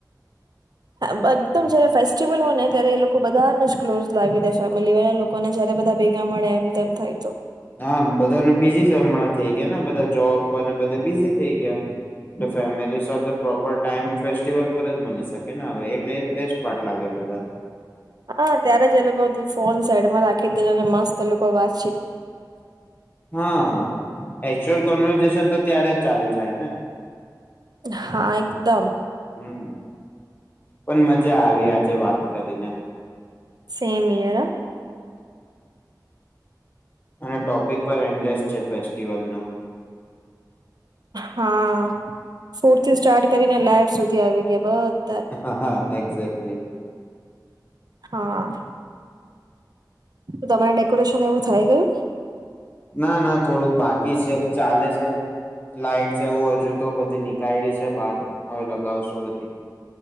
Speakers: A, on the right; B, on the left.
A: હ એકદમ જયારે ફેસ્ટિવલ હોય. ને ત્યારે એ લોકો બધાને જ ક્લોઝ લાવી દે ફેમિલી વાળા લોકોને જયારે બધા. ભેગા મળે એમ તેમ થાય તો
B: હા બધાનું બીજી છે. હમણાં થઈ ગયાને બધા જોબ પરને બધ બીઝી થઈ ગયા. એ ફેમિલી સાથે પ્રોપર ટાઈમ ફેસ્ટિવલ પર જ મળી શકે. ને હવે એટલે એ બેસ્ટ પાર્ટ લાગે બધાને.
A: હા ત્યારે જ એ લોકો ફોન સાઈડમાં રાખી દેવાનો અને મસ્ત લોકો વા
B: હા એકચ્યુઅલ કનવર્સેશન તો ત્યારે જ ચાલુ થાય ને.
A: હા એકદમ!
B: હમ પણ મજા આવી આજે વાત કરીને.
A: સેમ હિયર હ!
B: અને ટોપિક પર એન્ડલેસ છે ફેસ્ટિવલનો.
A: હા ફૂરથી સ્ટાર્ટ કરીને લાઈવ સુધી આવી ગયા બસ.
B: હા હા એક્ઝાક્ટલી.
A: હા! તો તમારે ડેકોરેશન એવું થઈ ગયું.
B: ના ના થોડુંક બાકી છે, ચાલે છે, લાઈટ. વું હજુ તો બધી નીક ગાયડી છે બાર હવે લગાવશું બધી.